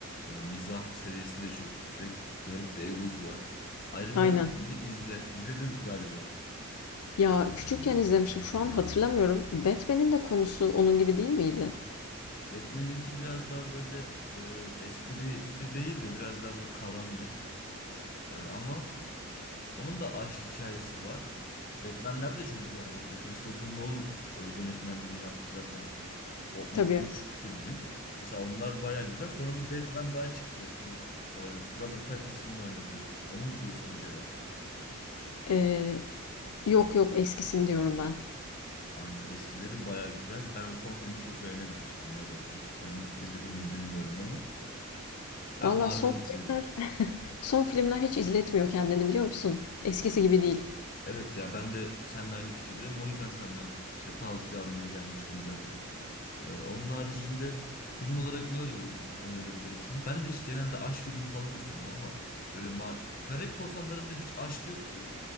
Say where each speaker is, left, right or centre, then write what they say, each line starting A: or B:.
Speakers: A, on the left; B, on the left.
A: Ee, mizah seviyesi de çok yüksek. Garip bir egosu var. Iron Man'i
B: Aynen.
A: izle. İzledin galiba.
B: Ya küçükken izlemişim şu an hatırlamıyorum. Batman'in de konusu onun gibi değil miydi?
A: Batman'inki biraz daha böyle e, esprili değil de biraz daha böyle karanlık. E, ama onun da aşk hikayesi var. Batman'ler de çok güzel bu arada. Christopher Nolan e, yönetmenliğini yaptı zaten. O ilk
B: Tabii.
A: 3 filmin. Mesela onlar baya güzel. Sonra bir Batman daha çıktı. Bu e, Robert Pattinson'ın oynadığı. Onu mu diyorsun acaba?
B: Ee, yok yok eskisini diyorum ben.
A: Aynen eskileri baya güzel. Ben o son filmi çok beğenememiştim ya zaten. Sen onu izledin mi bilmiyorum ama. Ben
B: Valla
A: Marvel'cıyım.
B: son filmler <laughs> son filmler hiç izletmiyor kendini biliyor musun? Eskisi gibi değil.
A: Evet ya ben de seninle aynı fikirdeyim. O yüzden senden işte tavsiye almaya gelmiştim zaten. Ee, onun haricinde film olarak ne önerebilirim, önerebilirim sana? Ben de hiç genelde aşk filmi falan izlemem ama böyle ma Karayip Korsanları'nda hiç aşk yok ki.